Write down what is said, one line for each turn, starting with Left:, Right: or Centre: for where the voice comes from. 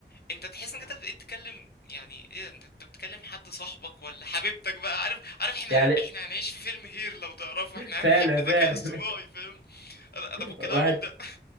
Left: انت تحس انك انت بقيت تتكلم يعني ايه انت انت بتتكلم حد صاحبك ولا حبيبتك بقى عارف عارف احنا
Right: يعني
Left: احنا هنعيش في فيلم هير لو تعرفه
Right: <laughs>
Left: احنا
Right: فعلا
Left: هنحب الذكاء
Right: فعلا
Left: الصناعي فاهم انا انا
Right: <laughs>
Left: ممكن اعمل
Right: واحد
Left: ده